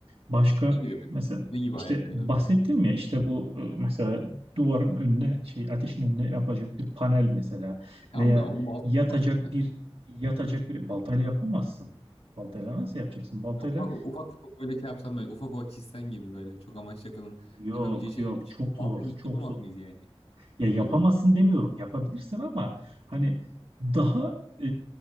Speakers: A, on the right (about 65°); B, on the left (about 85°).
A: Başka
B: Ne gibi?
A: mesela
B: Ne gibi
A: işte
B: aletler
A: bahsettim
B: yapabilirsin?
A: ya işte bu e, mesela duvarın önüne şey ateşin önüne yapacak bir panel mesela
B: Tamam
A: veya
B: da onu balta
A: yatacak
B: yapamaz mısın mesela?
A: bir yatacak bir baltayla yapamazsın. Baltayla nasıl yapacaksın? Baltayla
B: Ufak ufak ufak böyle şey yapsam böyle ufak ufak çizsen gibi böyle çok amaçlı yakının
A: yok
B: yapabileceği şeyleri
A: yok
B: hiç,
A: çok zor
B: baltayla hiç
A: çok
B: yapamaz
A: zor.
B: mıyız yani?
A: Ya
B: Öyle
A: yapamazsın
B: mi?
A: demiyorum. Yapabilirsin ama hani daha e,